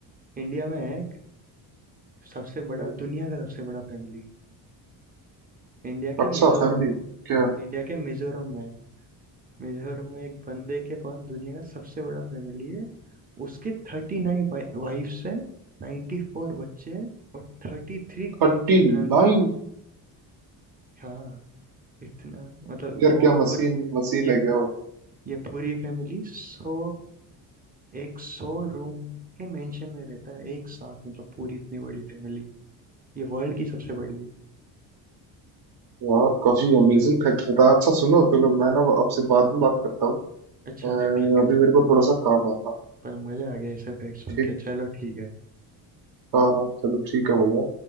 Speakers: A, on the right (about 20°); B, on the right (about 60°).
A: इंडिया में है एक सबसे बड़ा
B: हो
A: दुनिया का सबसे बड़ा फैमिली इंडिया के
B: अच्छा
A: मिजोरम
B: फैमिली क्या
A: इंडिया के मिजोरम में है। मिजोरम में एक बंदे के पास दुनिया का सबसे बड़ा फैमिली है उसके थर्टी नाइन वाइफ्स हैं नाइन्टी फोर बच्चे हैं और थर्टी थ्री ग्रैंड
B: थर्टी
A: चिल्ड्रंस
B: नाइन
A: हाँ इतना मतलब
B: यार
A: वो
B: क्या मशीन
A: पूरी
B: मशीन
A: ये
B: है क्या वो
A: ये पूरी फैमिली सौ एक सौ रूम के मेंशन में रहता है एक साथ मतलब पूरी इतनी बड़ी फैमिली ये वर्ल्ड की सबसे बड़ी है
B: यार काफी अमेजिंग फैक्ट बताया अच्छा सुनो चलो मैं ना आपसे बाद में बात करता हूँ
A: अच्छा
B: अ,
A: अच्छा ठीक है
B: अभी
A: चल
B: मेरे को थोड़ा सा काम है हाँ
A: पर मजा आ गया ऐसे फैक्ट सुन
B: ठीक
A: के चलो ठीक है
B: हाँ हाँ चलो ठीक है भैया